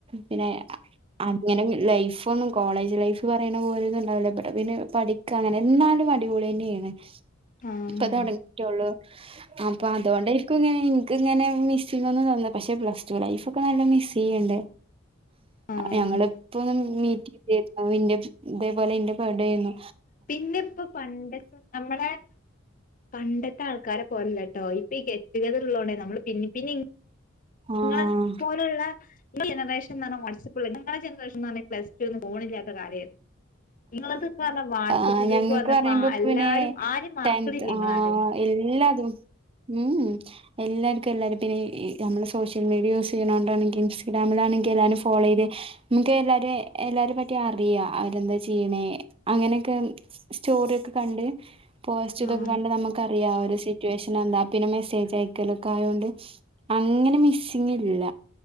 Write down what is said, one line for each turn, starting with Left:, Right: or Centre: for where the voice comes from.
Right: പിന്നെ അങ്ങനെങ്ങ് ലൈഫോന്നും കോളേജ് ലൈഫ് പറയണ പോലൊന്നുംണ്ടാവൂല ഇപട പിന്നെ പഠിക്കങ്ങനെ ന്നാലും അടിപൊളിയെന്നെ ണ്
Left: ആഹ്
Right: ഇപ്പ തൊടങ്ങിറ്റൊള്ളു അപ്പൊ അതോണ്ടേരിക്കും ഇങ്ങനെ ഇൻക്ക്ങ്ങനെ മിസ്സിങ്ങൊന്നും തോന്ന പക്ഷെ പ്ലസ് ടു ലൈഫ് പ്പ നല്ല മിസ്സെയ്യ്ണ്ട്
Left: ആഹ്
Right: ഞങ്ങള് മീറ്റിംഗ്ലേര്ന്നു ഇന്റെ ഇതേപോലെ ന്റെ ബേഡേ ന്നു
Left: പിന്നെ ഇപ്പോ പണ്ടത്തെ നമ്മളെ പണ്ടത്തെ ആൾക്കാരെ പോലല്ലട്ടോ ഇ പ്പീ ഗെറ്റുഗതറുള്ളോണ്ടേ നമ്മള് പിന്നിം പിന്നിം
Right: ആഹ്
Left: ഇങ്ങളെ പോലുള്ള ജനറേഷൻന്ന് പറഞ്ഞ വാട്സപ്പുള്ള ഞങ്ങളെ ജനറേഷൻ ന്ന് പറഞ്ഞ പ്ലസ് ടു ഒന്നും ഫോണില്ലാത്ത കാലേര്ന്നു ഇങ്ങളത്ന്ന് പറഞ്ഞ വാട്സപ്പ്
Right: ആഹ്
Left: ഗ്രൂപ്പ്
Right: ഞങ്ങക്ക്
Left: പറഞ്ഞപ്പ
Right: പറയുമ്പോ
Left: എല്ലാരും
Right: പിന്നെ
Left: ആരേം മറക്ക്ണ്ല്ല
Right: ടെൻത്ത്
Left: ങ്ങളാരും
Right: ആഹ് എല്ലാതും ഉ ഉ എല്ലാർക്കും എല്ലാരിം പിന്നീ നമ്മള് സോഷ്യൽ മീഡിയ യൂസെയ്യുന്നോണ്ടാണ് ഇൻസ്റ്റഗ്രാമിലാണെങ്കില് എല്ലാരും ഫേളോയ്ത് ഇൻക്കെല്ലാരേം എല്ലാരിം പറ്റി അറിയാ അവരെന്ത ചെയ്യ്ണെ അങ്ങനൊക്കെ സ്റ്റോറിക്കെ കണ്ട് പോസ്റ്റുതൊക്കെ
Left: ആഹ്
Right: കണ്ട് നമക്കറിയാ ഓരെ സി റ്റുവേഷനെന്താ പിന്നെ മെസ്സേജ് അയക്കലൊക്കായോണ്ട് അങ്ങനെ മിസ്സിങ്ല്ല